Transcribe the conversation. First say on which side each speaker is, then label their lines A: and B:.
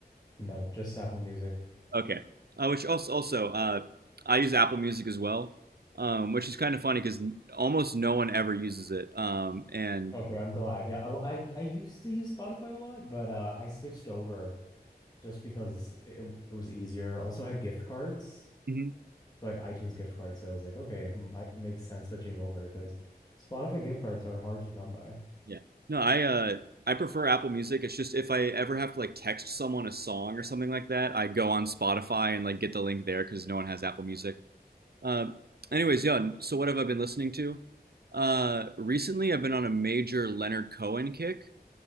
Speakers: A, on the left; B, on the right.
A: No, just Apple Music.
B: Okay. Uh, which also also uh, I use Apple Music as well, um, which is kind of funny because almost no one ever uses it. Um, and
A: Okay, I'm glad. Yeah, I, I I used to use Spotify a lot, but uh, I switched over just because it, it was easier. Also, I had gift cards,
B: Mhm.
A: so I had iTunes gift cards. So I was like, okay, might makes sense switching over because Spotify gift cards are hard to come by.
B: yeah, no, I uh, I prefer Apple Music. It's just if I ever have to like text someone a song or something like that, I go on Spotify and like get the link there because no one has Apple Music. Uh, anyways, yeah. So what have I been listening to? Uh, recently, I've been on a major Leonard Cohen kick.